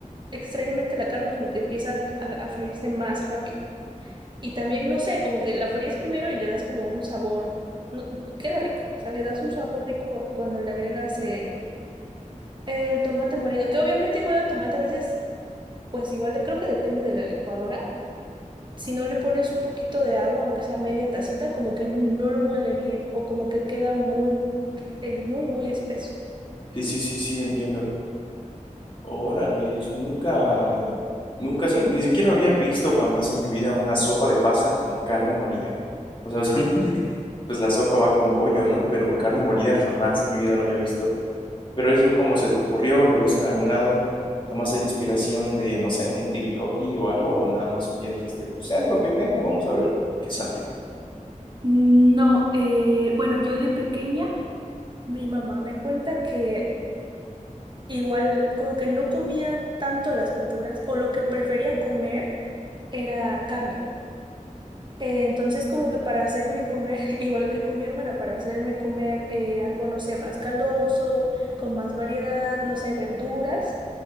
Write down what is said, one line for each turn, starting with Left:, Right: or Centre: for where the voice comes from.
Right: extrañamente la carne como que empieza a a freírse más rápido. Y también, no sé, como que la fríes primero y le das como un sabor, no, queda rico, o sea, le das un sabor rico cuando le agregas eh, el tomate molido, que obviamente igual el tomate a veces, pues igual de, creo que depende de la licuadora. Si no le pones un poquito de agua, aunque sea media tacita, como que no lo muele bien o como que queda muy, eh, muy, muy espeso.
Left: Sí, sí, sí, sí, entiendo. Órales, nunca, nunca, se- ni siquiera había visto jamás en mi vida una sopa de pasta con carne molida. O sea, <laughs> usualmente, pues la sopa va con pollo, ¿no? Pero carne molida jamás en mi vida lo había visto. Pero eso, ¿cómo se te ocurrió? ¿Lo viste en algún lado? ¿Tomaste la inspiración de, no sé, un TikTok o algo? ¿O nada más un día dijiste, pues es lo que tengo, vamos a ver qué sale?
Right: No, eh, bueno, yo de pequeña, Mi mamá me cuenta que igual como que no comía tanto las verduras o lo que prefería comer. era carne. Eh, entonces, como que para hacerme comer, <laughs> igual que con mi hermana, para hacerme comer eh, algo, no sé, más caldoso, con más variedad, no sé, verduras,